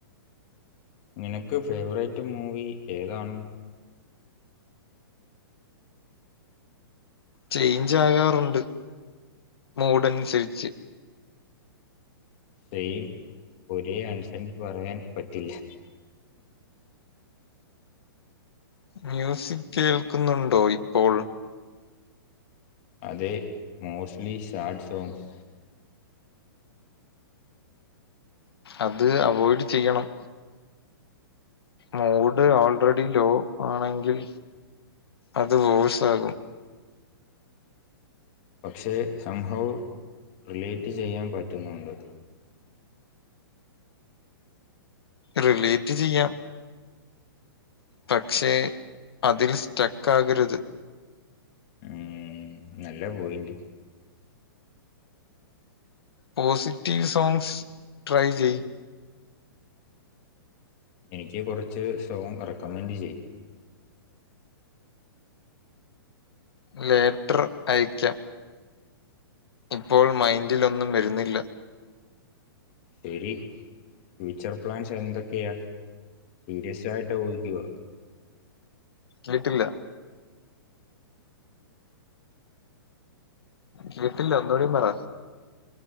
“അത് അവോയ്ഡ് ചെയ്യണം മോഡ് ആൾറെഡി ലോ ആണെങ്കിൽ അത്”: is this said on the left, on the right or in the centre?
Left